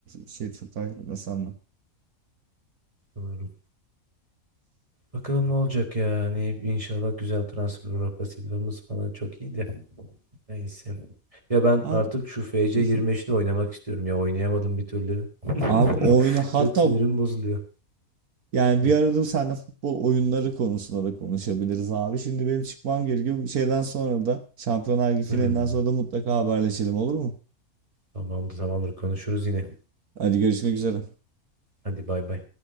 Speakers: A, on the right; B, on the right.
A: Şey çok takip etmesem de.
B: Doğru. Bakalım ne olacak ya. Hani inşallah güzel transfer Rafa Silva'mız falan çok iyiydi. Neyse. Ya ben
A: Abi
B: artık şu FC25'te
A: <laughs>
B: oynamak istiyorum ya. Oynayamadım bir türlü. <laughs>
A: Abi o oyunu
B: Çok
A: hatta
B: sinirim bozuluyor.
A: yani
B: Hı.
A: bir arada seninle futbol oyunları konusunda da konuşabiliriz abi. Şimdi benim çıkmam gerekiyor. Bu şeyden sonra da Şampiyonlar Ligi finalinden
B: Hmm.
A: sonra da mutlaka haberleşelim olur mu?
B: Tamamdır tamamdır konuşuruz yine.
A: Hadi görüşmek üzere.
B: Hadi bay bay.